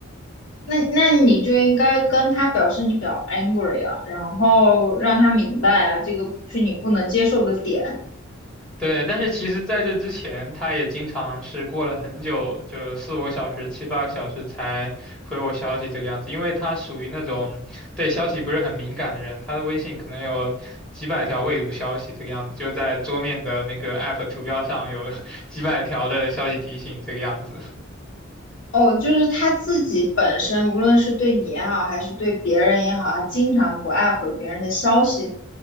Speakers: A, on the left; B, in the centre.
A: 那那你就应该跟他表示你比较 angry 啊，然后让他明白啊，这个是你不能接受的点。
B: 对，但是其实在这之前，他也经常是过了很久，就四五个小时、七八个小时才回我消息这个样子，因为他属于那种对消息不是很敏感的人，他的微信可能有几百条未读消息这个样子，就在桌面的那个 app 图标上有 <laughs> 几百条的消息提醒这个样子。
A: 哦，就是他自己本身，无论是对你也好，还是对别人也好，他经常不爱回别人的消息。